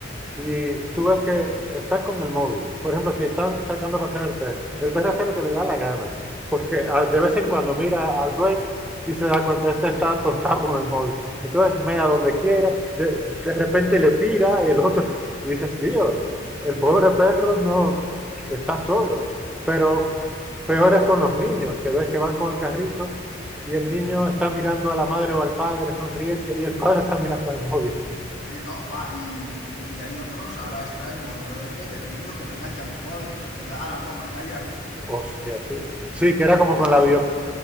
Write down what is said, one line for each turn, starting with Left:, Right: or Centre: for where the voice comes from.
Centre: y tú ves que están con el móvil. Por ejemplo, si están
Left: mm,
Centre: sacando a pasear al perro, el perro hace lo que le da la gana, porque
Left: mm,
Centre: ah, de vez en cuando mira al dueño y se da cuenta, este está atontado con el móvil. Entonces mea donde quiera, de, de repente le tira y el otro, <laughs> y dices, tío, el pobre perro no está solo. Pero peor es con los niños, que ves que van con el carrito y el
Left: mm.
Centre: niño
Left: <laughs>
Centre: está mirando a la madre o al padre sonriente y el padre está mirando al móvil.
Left: Sí, no, va, y, y hay otros, ahora está el modelo este del niño que le enganchan el móvil, o sea, empieza a la toma, cállate.
Centre: Hostia, sí. Sí, que era como
Left: No, no,
Centre: con la
Left: es,
Centre: video.